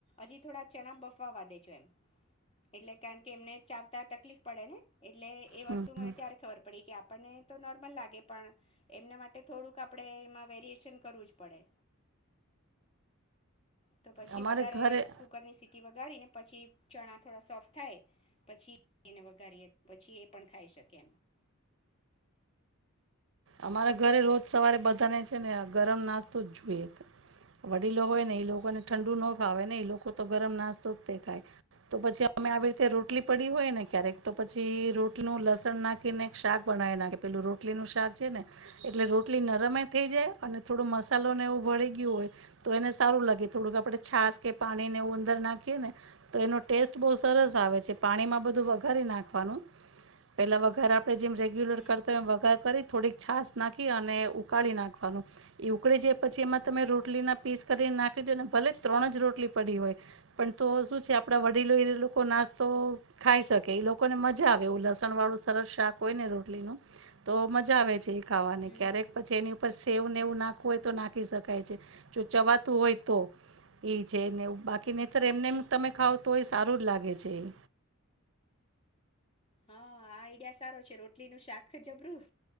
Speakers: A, on the left; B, on the right.
A: હજી થોડા ચણા બફાવા વા દેજો એમ એટલે કારણ કે એમને ચાવતા તકલીફ પડે ને. એટલે એ
B: હમ
A: વસ્તુ મને
B: હમ
A: ત્યારે ખબર પડી કે આપ આપણને તો નોર્મલ લાગે પણ એમના મા થોડુંક આપડે એમા વેરીએશન કરવું જ પડે. તો પછી
B: અમારે
A: વધારે
B: ઘરે
A: કુકરની સીટી વગાડીને. પછી ચણા થોડા સોફ્ટ થાય પછી એને વઘારીએ પછી એ પણ ખાઈ શકે.
B: અમારા ઘરે રોજ સવારે બધાને છે ને આ ગરમ નાસ્તો જ જોઈએ, વડીલો હોય ને એ લોકોને ઠંડુ ન ફાવે ને એ લોકો તો ગરમ નાસ્તો જ દેખાય, તો પછી અમે આવી રીતે રોટલી પડી હોય ને ક્યારેક તો પછી રોટલીનું લસણ નાખીને શાક બનાવી નાખે પેલું રોટલીનું શાક. ને એટલે રોટલી નરમે થઈ જાય અને થોડો મસાલો ને એવું ભળી ગયું હોય, તો એને સારું લાગે, થોડુંક આપડે છાસ કે પાણી ને એવું અંદર નાખીએ, ને તો એનો ટેસ્ટ બહુ સરસ આવે છે પાણીમાં બધું વઘારી નાખવાનું, પેલા વઘાર આપણે જેમ રેગ્યુલર
A: હમ
B: કરતા હો એમ વઘાર કરી થોડીક છાસ નાખી અને ઉકાળી નાખવાનું, એ ઉકળી જાય પછી એમાં તમે રોટલીના પીસ કરીને નાખી દો અને ભલે ત્રણ જ રોટલી પડી હોય, પણ તો શું છે આપણા વડીલો એ લોકો નાસ્તો ખાઈ શકે એ લોકોને મજા આવે એવું લસણવાળું સરસ શાક હોય ને રોટલીનું, તો મજા આવે છે એક ખાવાની
A: હમ
B: ક્યારેક
A: હમ હમ
B: પછી એની ઉપર એવું ને એવું નાખવું હોય તો નાખી શકાય છે, જો ચવાતું હોય, તો એ છે ને બાકી નેતર એમને તમે ખાવ તો એ સારું જ લાગે છે એ.
A: હા આ આઈડિયા સારો છે રોટલીનું શાક જબરું.